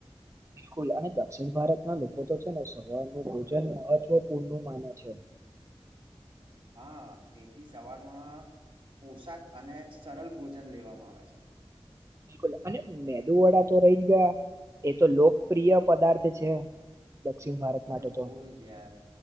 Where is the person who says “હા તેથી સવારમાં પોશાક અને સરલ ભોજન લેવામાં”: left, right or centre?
Right